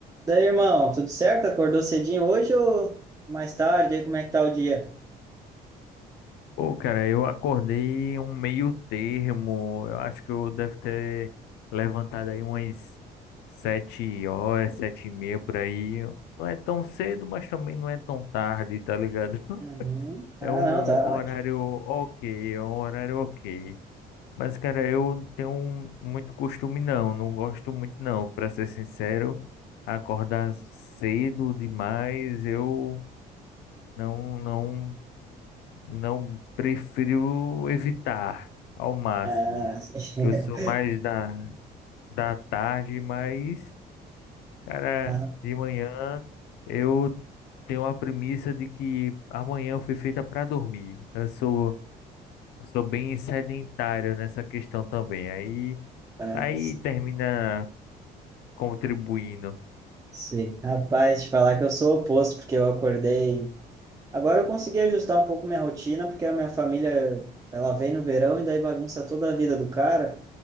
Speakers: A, on the right (about 20°); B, on the left (about 80°).
A: Daí, irmão, tudo certo? Acordou cedinho hoje ou mais tarde? E Como é que tá o dia?
B: Pô, cara, eu acordei um meio termo. Eu acho que eu devo ter levantado aí umas sete horas, sete e meia por aí. Não é tão cedo, mas também não é tão tarde, tá ligado? <laughs>
A: Uhum. Ah,
B: É um
A: não, tá
B: horário
A: ótimo.
B: ok, é um horário ok. Mas, cara, eu não tenho um- muito costume não, não gosto muito não. Pra ser sincero, acordar cedo demais, eu não, não. Não prefiro evitar ao máximo,
A: Ah, <laughs> sim.
B: que eu sou mais da, da tarde, mas, cara,
A: Ah,
B: de manhã eu tenho a premissa de que amanhã foi feita para dormir. Eu sou, eu sou bem sedentário nessa questão também. Aí,
A: ah,
B: aí
A: sim.
B: termina contribuindo.
A: Sim. Rapaz, te falar que eu sou o oposto, porque eu acordei. Agora eu consegui ajustar um pouco minha rotina, porque a minha família, ela vem no verão e daí bagunça toda a vida do cara.